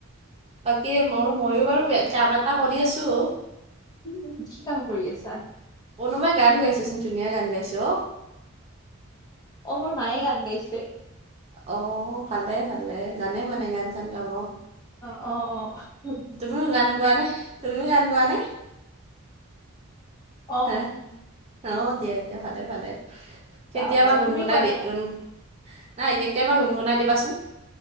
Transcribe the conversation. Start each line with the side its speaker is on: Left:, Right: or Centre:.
Right: বাকী মোৰ মইয়ো বাৰু কাম এটা কৰি আছোঁ।
Left: তুমি কি কাম কৰি আছা?
Right: কোনোবাই গান গাইছেচোন ধুনীয়া গান গাইছে অঁ'।
Left: অঁ' মোৰ মায়ে গান গাইছে।
Right: অঁ' ভালে ভালে, জানে মানে গান চান গাব।
Left: অঁ' অঁ' অঁ' অঁ'।
Right: তুমিও গান গোৱা নে, তুমিও গান গোৱা নে
Left: অ
Right: হা? অঁ' দিয়া দিয়া ভালে ভালে, কেতিয়াবা
Left: গাও গাও
Right: গুণগুণাই
Left: তুমি গোৱা নে
Right: দি
Left: নাই?
Right: গুণ নাই কেতিয়াবা গুণগুণাই দিবাচোন।